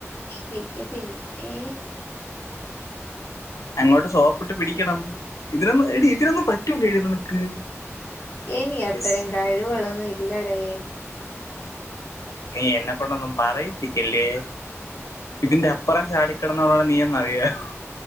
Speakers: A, on the left (about 35°); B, on the left (about 85°).
A: പിന്നെ പിന്നേ.
B: അങ്ങോട്ട് സോപ്പിട്ട് പിടിക്കണം. ഇതിനൊന്നും എടി ഇതിനൊന്നും പറ്റൂല്ലേടി നിനക്ക്.
A: എനി അത്തരം
B: ശ്ശി,
A: കഴിവുകളൊന്നും ഇല്ലടേ.
B: നീ എന്നെ കൊണ്ടൊന്നും പറയിപ്പിക്കല്ലേ ഇതിന്റെ അ പ്പുറം ചാടിക്കടന്നവളാണ് നീയെന്നറിയാം.